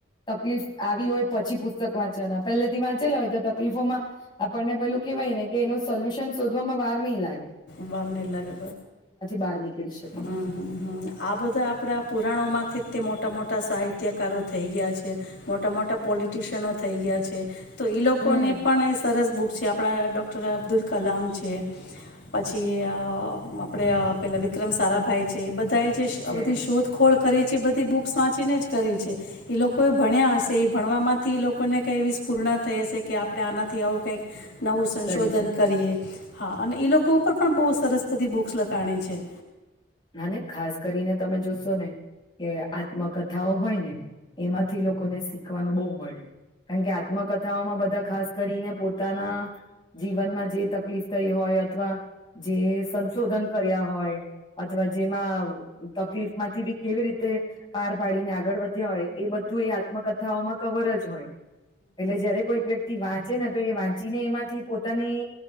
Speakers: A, on the left (about 25°); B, on the left (about 60°).
A: તકલીફ આવી હોય પછી પુસ્તક વાંચવાના, પહેલેથી વાંચેલા હોય તો તકલીફોમાં આપણને પેલું કેહવાય ને કે એનું સોલ્યુશન શોધવામાં વાર નઈ લા
B: વાર નઈ લાગે,
A: બહાર નીકળી શકીએ
B: હં, હં, આ બધા આપડા પુરાણોમાંથી તે મોટા મોટા સાહિત્યકારો થઈ ગયા છે, મોટા મોટા પોલિટિશિયનો થઈ ગયા છે, તો ઈ લોકોને
A: હમ
B: પણ એ સરસ બુક છે આપણા ડૉક <unintelligible> અબ્દુલ કલામ છે. પછી અ આપણે અ પેલા વિક્રમ સારાભાઈ છે, એ બ ધાએ જે શ આ
A: છે
B: બધી શોધખોળ કરી છે, એ બધ ધી બુક્સ વાંચીને જ કરી છે, એ લોકો એ ભણ્યા હશે ઈ ભણવામાંથી ઈ લોકોને કંઈ એવી સ્ફુરણાં થઈ હશે કે આપણે આનાથી આવું કંઈક નવું સંશોધન
A: કરી શકાય
B: કરીએ. હા અને ઈ લો કો ઉપર પણ બો સરસ બધી બુક્સ લખાણી છે.
A: અને ખાસ કરીને તમે જોશો ને કે આત્મકથાઓ હોય ને એમાંથી લોકોને શીખવાનું બઉ મળે. કાણ કે આત્મકથાઓમાં બધા ખાસ કરીને પોતાના જીવનમાં જે તકલીફ થઈ હોય અથવા જે સંશોધન કર્યા હોય અથવા જેમાં તકલીફ માંથી બી કેવી રીતે પાર પાડીને આગળ વધ્યા હોય એ બધું એ આત્મકથાઓમાં કવર જ હોય, એટલે જયારે કોઈક વ્યક્તિ વાત જેને તો એ વાંચીને એમાંથી પોતાની